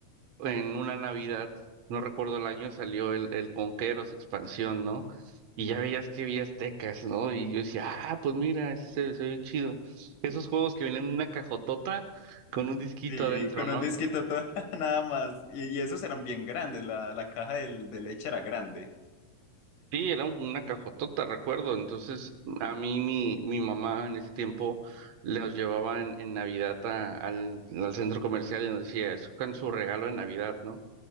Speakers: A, on the right; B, on the left.
A: en una Navidad, no recuerdo el año, salió el, el Conqueros expansión, ¿no? Y ya veías que vi aztecas, ¿no? Y yo decía, ah, pues mira, se, se ve bien chido. Esos juegos que vienen en una cajotota con un disquito
B: Sí,
A: adentro,
B: con
A: ¿no?
B: un disquito todo, <laughs> nada más. Y, y esos eran bien grandes, la, la caja del- de leche era grande.
A: Sí, era una cajotota, recuerdo. Entonces, a mí mi, mi mamá en ese tiempo los llevaba en, en Navidad a- al, al centro comercial y nos decía, escojan su regalo de Navidad, ¿no?